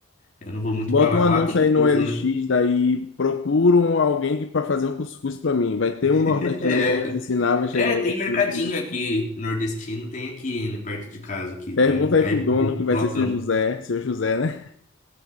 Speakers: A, on the left; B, on the left.
A: Eu não vou muito
B: Bota
A: pra lá.
B: um anúncio
A: Lá tem
B: aí no
A: tudo,
B: LX,
A: né?
B: daí procuram alguém para fazer um cuscuz para mim. Vai ter um nordestino
A: <laughs>
B: aí que vai te ensinar, vai chegar
A: É, é,
B: aí
A: tem
B: e vai te
A: mercadinho
B: ensinar a fazer cuscuz.
A: aqui, nordestino tem aqui, né, perto de casa aqui,
B: Pergunta
A: tem.
B: aí
A: Aí
B: pro
A: tem
B: dono,
A: esse
B: que
A: blocão.
B: vai ser seu José, seu José, né?